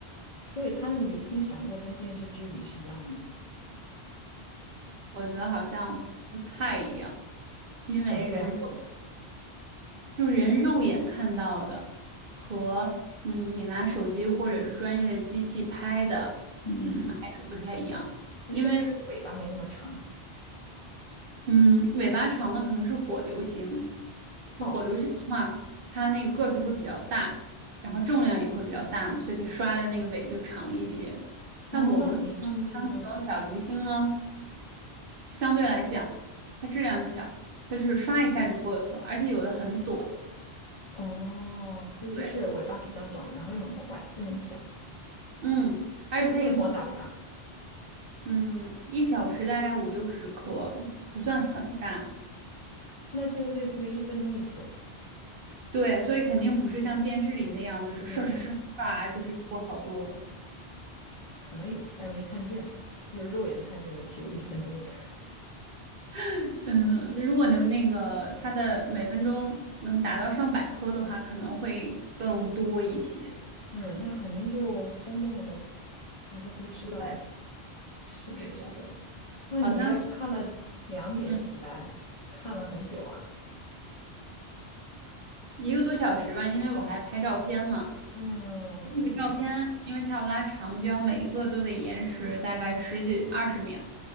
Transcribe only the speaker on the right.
我觉得好像不太一样，因为人肉
就人肉眼看到的和嗯，你拿手机或者是专业的机器拍的，
嗯，还是不太一样。
因为嗯，尾巴长的可能是火流星，就火流星的话，
它那个个头会比较大，然后重量也会比较大嘛，所以它刷的那个尾就长一些。
但我们看到像那种小流星呢，
相对来讲，它质量小，它就是刷一下就过去了，而且有的很短。
对，
嗯，而且它也不。
嗯，一小时大概五六十颗，不算很大。
对，所以肯定不是像电视里那样，就是刷刷刷刷，
就是过好多。
<laughs> 嗯，那如果能那个它的每分钟能达到上百颗的话，可能会更多一些。
对，
是的，
好像是嗯
一个多小时吧，因为我还拍照片嘛。
那个照片，
因为它要拉长，焦，每一个都得延时大概十几二十秒。